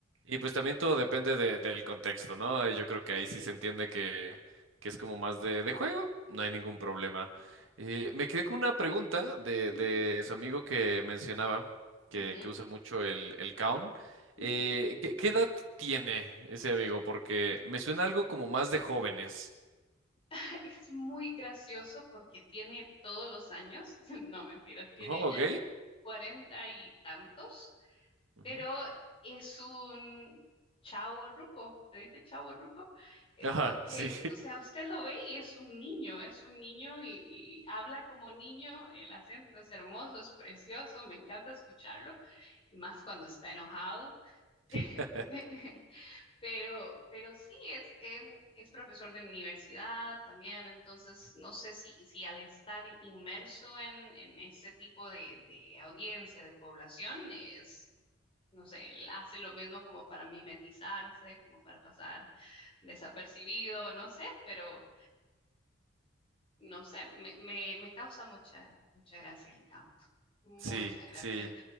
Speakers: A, on the right; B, on the left.
A: Y pues también todo depende de- del contexto, ¿no? Yo creo que
B: Sí.
A: ahí sí se entiende que, que es como más de, de juego, no hay ningún
B: Ujú,
A: problema. Eh, me quedé con una pregunta de,
B: ujú,
A: de su amigo que mencionaba, que,
B: ujú,
A: que usa mucho el, el Kaun.
B: ujú.
A: Eh, ¿qué, qué edad tiene ese amigo? Porque me suena algo como más de jóvenes,
B: <laughs> Es muy gracioso porque tiene todos los años, <laughs> no mentiras, tiene
A: ¿no?
B: ya
A: ¿Ok?
B: cuarenta y tantos,
A: Ujú.
B: pero es un chavo ruco, se dice chavo ruco, Eh,
A: Ajá,
B: porque,
A: sí.
B: o sea, usted lo ve y es un niño, es un niño y, y habla como niño, el acento es hermoso, es precioso, me encanta escucharlo, más cuando está enojado.
A: <laughs>
B: <laughs> Pero, pero sí, es, em, es profesor de universidad también, entonces no sé si, si al estar inmerso en, en ese tipo de, de audiencia, de población, es, no sé, él hace lo mismo como para mimetizarse, como para pasar desapercibido, no sé, pero no sé, me, me, me causa mucha, mucha gracia el count, mucha
A: Sí,
B: gracia.
A: sí.